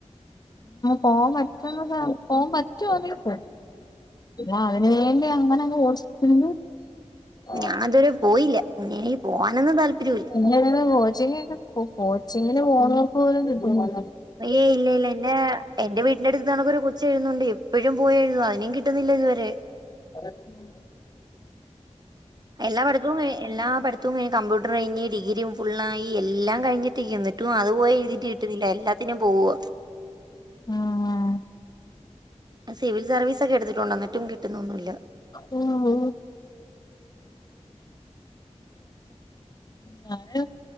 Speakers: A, on the left (about 35°); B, on the right (about 35°).
A: പോവാൻ പറ്റന്ന സ്ഥലം പോവാൻ പറ്റോന്നങ്കി പോവും അതിന് വേണ്ടി അങ്ങനെ ഹോസ്റ്റൽ ആഹ്
B: ഞാൻ ഇതുവരെ പോയില്ല പിന്നെ എനിക്ക് പോവാനൊന്നും താല്പര്യമില്ല
A: പിന്നെ അങ്ങനെ കോച്ചിംഗ് ഒക്കെ കോച്ചിങ്ങില് പോണോൽക്ക് പോലും കിട്ടൂല
B: ഏയ് ഇല്ല ഇല്ല എന്റെ എന്റെ വീട്ടിൽ എന്റെ അടുത്ത് നടക്കൊരു കൊച്ച എഴുന്നുണ്ട് എപ്പോഴും പോയി എഴുത അയിനും കിട്ടുന്നില്ല ഇതുവരെ
A: ആഹ്
B: എല്ലാവർക്കും എല്ലാ പഠത്തവും കഴിഞ്ഞ് കമ്പ്യൂട്ടർ കഴിഞ്ഞ് ഡിഗ്രും ഫുള്ളായി എല്ലാം കഴിഞ്ഞിട്ടിരിക്കണ് റ്റും അത്പോയി എഴുതിട്ട് കിട്ടുന്നില്ല എല്ലാത്തിനും പോവോ
A: ആഹ്
B: സിവിൽ സർവീസൊക്കെ എടുത്തിട്ടൊണ്ട് എന്നിട്ടും കിട്ടുന്നൊന്നുല്ല
A: ഉം ഞാന്